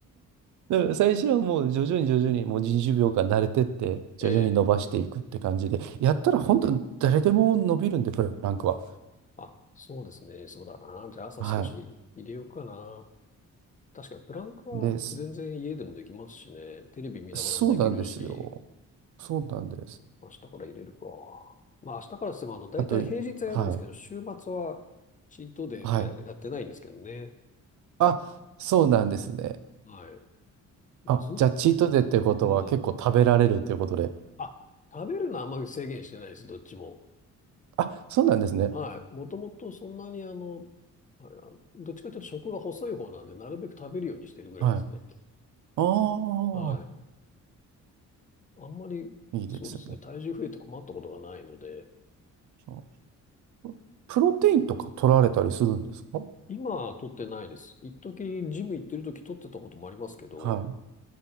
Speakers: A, on the right; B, on the left.
A: だから最初はもう徐々に徐々にもう20秒間慣れてって、徐々に伸ばしていくって感じで、
B: ええ。
A: やったら本当に誰でも伸びるんで、プランクは。
B: あ、そうですね。そうだな。じゃあ朝少し入れようかな。
A: はい。
B: 確かにプランクは全然家でもできますしね。
A: で、そ
B: テレビ見ながらもできるし、
A: そうなんですよ。そうなんです。
B: 明日から入れるか。まあ明日からしてもあの、大体平日はやるんですけど、
A: あと、はい。
B: 週末はチートデイでや、
A: はい。
B: やってないんですけどね。
A: あ、そうなんですね。
B: はい。
A: あ、
B: ず、
A: じゃあ、チートデイってことは結構食べられるということで。
B: うん。あ、食べるのはあんまり制限してないです、どっちも。
A: あ、そうなんですね。
B: はい。もともとそんなにあの、あどっちかというと食が細い方なんで、なるべく食べるようにしてるぐらいですね。
A: はい。ああ、
B: はい。あんまり、
A: いいですね。
B: そうですね、体重増えて困ったことがないので、
A: そうプロテインとか取られたりするんですか
B: 今、取ってないです。一時、ジム行ってる時取ってたこともありますけど、
A: はい。